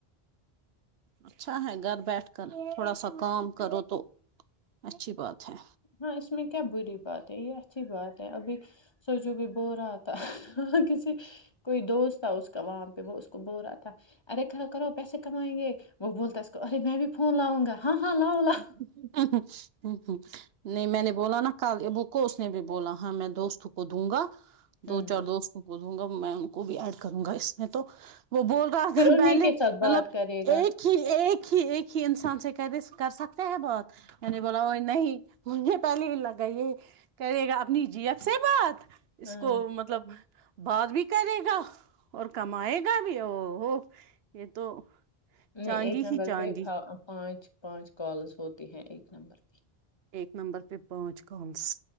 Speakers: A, on the right; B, on the left.
A: اچھا ہے گھر بیٹھ کر تھوڑا سا کام کرو تو اچھی بات ہے
B: ہاں اس میں کیا بری بات ہے یہ اچھی بات ہے ابھی سوچو بھی بو رہا تھا ہ کسی کوئی دوست تھا اس کا وہام پہ وہ اس کو بو رہا تھا ارے کھرا کرو پیسے کمائیں گے وہ بولتا اس کو ارے میں بھی فون لاؤں گا
A: <inaudible>
B: ہاں ہاں لاؤ لاؤ
A: <inaudible> جٹیک نہیں میں نے بولا نا ک بک کو اس نے بھی بولا ہاں میں دوست کو دوں گا دو
B: ہوں
A: چار دوستوں کو د گا میں ان کو بھی ایڈ کروں گا اس میں تو وہ بول رہا تھا
B: پھر انہیں
A: پہلے
B: کے
A: مطلب
B: ساتھ بات کرے گا
A: ایک ہی ایک ایکک ہی ایک ہیی انسان سے کرس کر سکتے ہیں بہت نے بلا ہو نہیں ہی مجھے پہلے ہی لگ گا یہ کہہے گا اپنی جی ایف سے بات اس
B: ہاں
A: کو مطلب بات بھی کرے گا اور کمائے گا بھی او ہو یہ تو
B: نہیں
A: چاندی
B: ایکگزامپل
A: ہی چاندی
B: پ پانچ پانچ کالز ہوتے ہیں ایک نمبر پہ
A: ایک نمبر پہ پانچ کالس